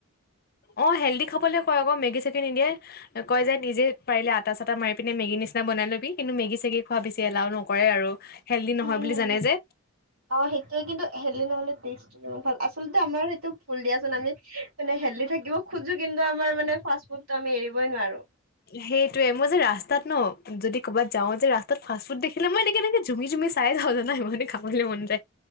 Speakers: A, on the left (about 45°); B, on the right (about 85°).
A: অ হেল্ডি খাবলে কয় আক মেগী চেগি নিদিয়ে। কয় যে নিজে পাৰিলে আটা চাটা মাৰি পিনে মেগি নিচিনা বনাই লবি কিন্তু মেগি চেগি খোৱা বেছি এলাও নকৰে আৰু। হেল্ডি নহয়
B: উম
A: বুলি জানে যে।
B: অ সেইটোয়ে কিন্তু হেল্ডি নহ'লে টেষ্ট- উ ভাল আচলতে আমাৰ সেইটো ভুল দিয়াচোন আমি মানে হেল্ডি থাকিব খুজোঁ কিন্তু আমাৰ মানে ফাষ্ট-ফুডতো আমি এৰিবই নোৱাৰোঁ।
A: সেইটোয়ে মই যে ৰাস্তাত ন যদি ক'বাত যাওঁ যে ৰাস্তাত ফাষ্ট-ফুড দেখিলে মই এনেকে এনেকে জুমি জুমি চাই যাওঁ জানা ইমানেই খাবলে মন যায়।